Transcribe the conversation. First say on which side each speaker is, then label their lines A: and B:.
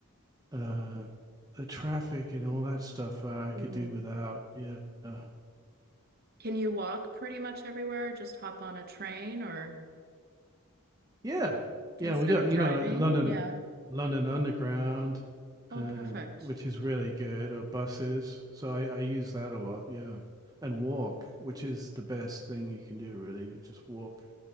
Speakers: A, on the right; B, on the right.
A: uh the traffic and all that stuff uh, I
B: Ooh.
A: could do without. Yeah. Uh,
B: Can you walk pretty much everywhere? Just hop on a train or
A: Yeah. Yeah,
B: instead
A: we got,
B: of
A: you
B: driving?
A: know, like the London
B: Yeah.
A: London Underground,
B: Oh,
A: um,
B: perfect.
A: which is really good, or buses. So I, I use that a lot, yeah. And walk, which is the best thing you can do, really. you Just walk.